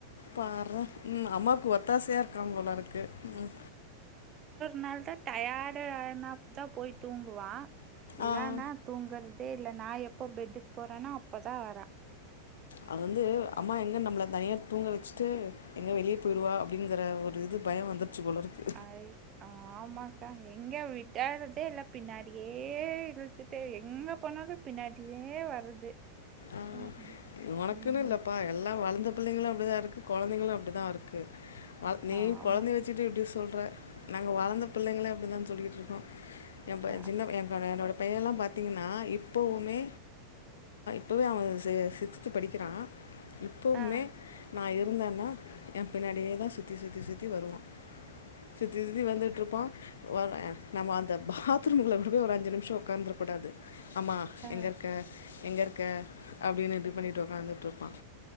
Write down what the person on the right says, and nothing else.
நாள்தா டயாடு ஆனா தா போய் தூங்குவா இல்லனா
தூங்கற தே இல்ல நா எப்போ பெட்டுக்கு போறன்னோ அப்போதா வரா
அய் ஆமாக்கா எங்க விடறதே இல்ல பின்னாடியே ஏ இழுத்து டே எங்க போனாலு பின்னாடிலயே வருது
அஹ், அஹ்.
உம்
ஆமா
அஹ்,
அஹ், அஹ்,
அஹ்,
அஹ்,